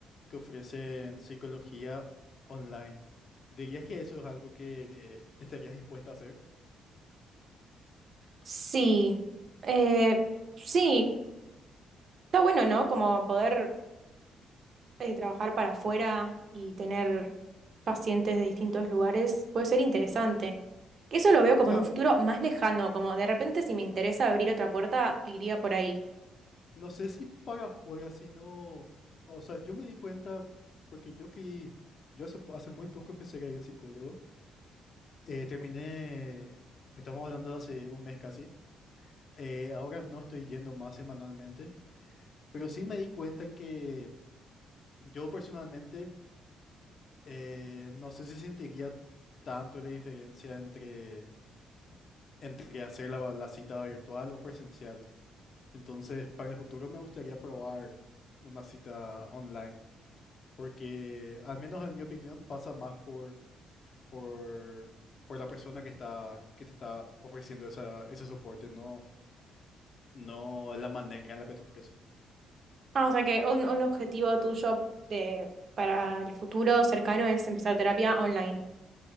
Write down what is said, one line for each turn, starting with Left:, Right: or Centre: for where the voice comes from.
Left: que ofrecen psicología online. ¿Dirías que eso es algo que eh, estarías dispuesta a hacer?
Right: Sí, eh, sí, está bueno, ¿no? Como poder eh, trabajar para afuera y tener pacientes de distintos lugares puede ser interesante. Que eso lo veo como
Left: O sea,
Right: en un futuro más lejano, como de repente si me interesa abrir otra puerta, iría por ahí.
Left: no sé si para afuera, sino, o sea, yo me di cuenta porque yo fui, yo hace, po- hace muy poco empecé a ir al psicólogo. Eh, terminé, estamos hablando de hace un mes casi. Eh, ahora no estoy yendo más semanalmente, pero sí me di cuenta que yo personalmente Eh, no sé si sentiría tanto la diferencia entre, entre hacer la, la cita virtual o presencial. Entonces, para el futuro me gustaría probar una cita online, porque al menos en mi opinión pasa más por, por, por la persona que está, que te está ofreciendo esa, ese soporte, no, no la manera en la que te ofrece.
Right: Ah, o sea que un, un objetivo tuyo de, para el futuro cercano es empezar terapia online.